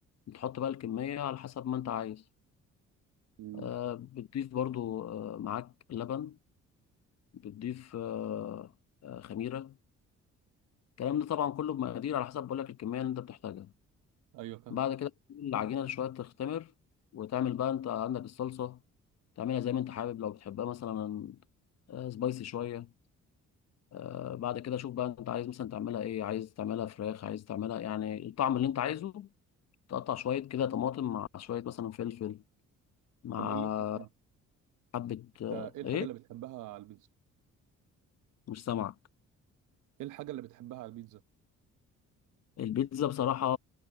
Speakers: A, on the left; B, on the right.
A: بتحط بقى الكمية على حسب ما أنت عايز
B: مم.
A: آه، بتضيف برضو آه، معاك لبن بتضيف آه، آه، خميرة الكلام ده طبعا كله بمقادير على حسب بقولك الكمية اللي أنت بتحتاجها
B: ايوه فاهم
A: بعد كده تسيب العجينة شوية تختمر وتعمل بقى انت عندك الصلصة تعملها زي ما انت حابب لو بتحبها مثلا آه، سبايسي شوية آه، بعد كده شوف بقى انت عايز مثلا تعملها ايه عايز تعملها فراخ عايز تعملها يعني الطعم اللي انت عايزه تقطع شوية كده طماطم مع شوية مثلا فلفل مع
B: طب قول لي انت
A: حبة
B: أنت
A: آه،
B: ايه الحاجه
A: ايه
B: اللي بتحبها على البيتزا
A: مش سامعك
B: ايه الحاجه اللي بتحبها على البيتزا
A: البيتزا بصراحة